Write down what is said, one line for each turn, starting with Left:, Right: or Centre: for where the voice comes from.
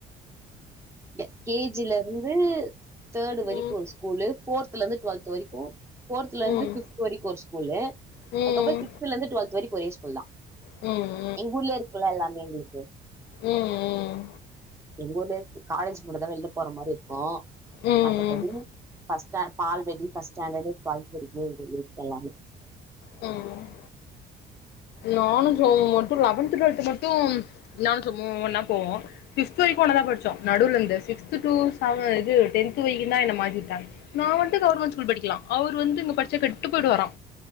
Right: ங்க கேஜில இருந்து தேடு வரிக்கு
Left: ம்
Right: ஒரு ஸ்கூலு போர்த்துலந்து ட்வெல்த்து வரிக்கு போர்த்துலந்து
Left: ம்
Right: ஃபிஃப்த்து வரிக் ஒரு ஸ்கூலு
Left: ம்
Right: அத்க்கப்புற சிக்ஸ்த்துலந்து டுவெல்த் வரிக் ஒரே ஸ்கூல் தா
Left: ம்
Right: எங் ஊர்ல இருக்கலா எல்லாமே எங்களுக்கு
Left: ம் ம்
Right: ங்க ஊர்ல காலேஜ் மட்டதா வெள்ல போற மாரி இருக்கு
Left: ம்
Right: மத்தபடி
Left: ம்
Right: ஃபஸ் ஸ்டான் பால் வெடி ஃபஸ்ட் ஸாண்டடு ட்வல்த் வரிக்குமே இருக்க <unintelligible> எல்லாமே
Left: ம் நானு சுமு மட்டு லெவன்த்து ட்வெல்த்து மட்டும் நானு சுமு ஒன்னா போவோ ஃபிஃப்த் வரிக்கு ஒன்னதா படிச்சோ நடுவுல இந்த சிக்ஸ்த்து டூ சவ இது டென்த்து வெரிக்கு தா என்ன மாத்தி வுட்டாங் நா மட்டு கவர்மெண்ட் ஸ்கூல் படிக்கலா அவுரு வந்து இங்க பட்ச்ச கெட்டு போய்டுவாரா